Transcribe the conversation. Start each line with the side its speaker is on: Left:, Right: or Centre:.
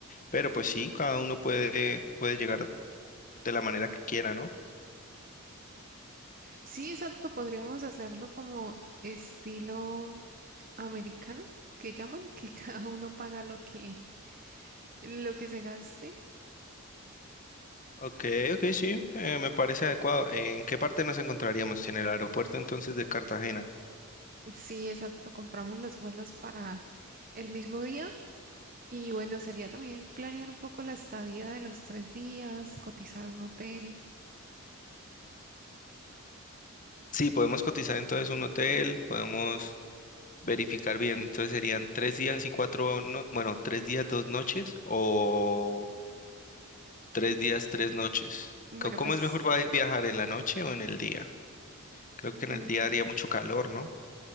Left: pero pues sí, cada uno puede, puede llegar de la manera que quiera, ¿no?
Right: Sí, exacto, podríamos hacerlo como estilo americano, que llaman, <laughs> que cada uno paga lo que, lo que se gaste.
Left: Ok, ok, sí, eh, me parece adecuado. ¿En qué parte nos encontraríamos? ¿En el aeropuerto entonces de Cartagena?
Right: Sí, exacto, compramos los vuelos para el mismo día y bueno, sería también planear un poco la estadía de los tres días, cotizar un hotel.
Left: Sí, podemos cotizar entonces un hotel, podemos verificar bien. Entonces serían tres días y cuatro, no, bueno, tres días, dos noches o tres
Right: Sí,
Left: días, tres noches.
Right: bueno,
Left: Co- ¿Cómo
Right: pues
Left: es mejor va- viajar en la noche o en el día? Creo que
Right: mm,
Left: en el día haría mucho calor, ¿no?